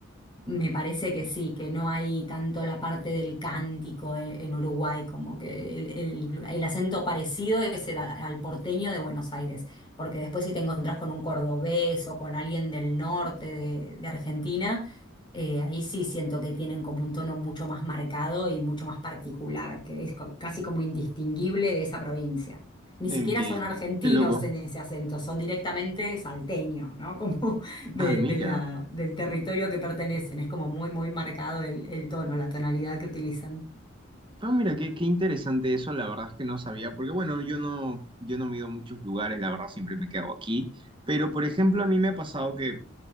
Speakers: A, on the left; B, on the right.
A: me parece que sí, que no hay tanto la parte del cántico e- en Uruguay, como que el, el- el acento parecido es el a- al porteño de Buenos Aires, porque después si te encontrás con un cordobés o con alguien del norte de, de Argentina, eh, ahí sí siento que tienen como un tono mucho más marcado y mucho más particular, que es co- casi como indistinguible de esa provincia. Ni
B: entiendo,
A: siquiera son argentinos
B: qué loco.
A: en ese acento, son directamente salteños, ¿no? <laughs> Como de,
B: Ah, mira.
A: de la, del territorio que pertenecen. Es como muy, muy marcado el, el tono, la tonalidad que utilizan.
B: Ah, mira, qué, qué interesante eso, la verdad es que no sabía, porque bueno, yo no, yo no me he ido a muchos lugares, la verdad siempre me he quedado aquí, pero por ejemplo a mí me ha pasado que